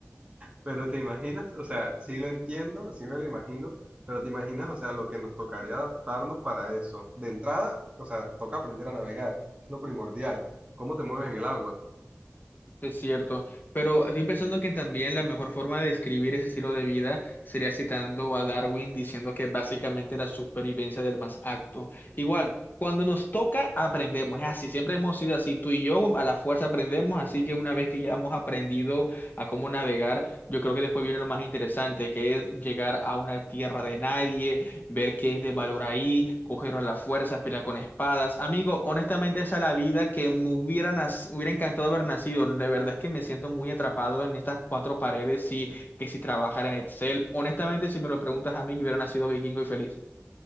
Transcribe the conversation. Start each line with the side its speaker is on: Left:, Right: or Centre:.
Right: Pero te imaginas, o sea, sí lo entiendo, sí me lo imagino, pero te imaginas, o sea, lo que nos tocaría adaptarnos para eso. De entrada, o sea, toca aprender a navegar, es lo primordial. ¿Cómo te mueves en el agua?
Left: Es cierto, pero estoy pensando que también la mejor forma de describir ese estilo de vida sería citando a Darwin diciendo que básicamente la supervivencia del más apto Igual, cuando nos toca, aprendemos. Es así, siempre hemos sido así. Tú y yo a la fuerza aprendemos, así que una vez que ya hemos aprendido a cómo navegar, yo creo que después viene lo más interesante, que es llegar a una tierra de nadie, ver qué es de valor ahí, cogerlo a la fuerza, pelear con espadas. Amigo, honestamente esa es la vida que me hubiera, nac- me hubiera encantado haber nacido. La verdad es que me siento muy atrapado en estas cuatro paredes y que si trabajara en Excel. Honestamente, si me lo preguntas a mí, yo hubiera nacido vikingo y feliz.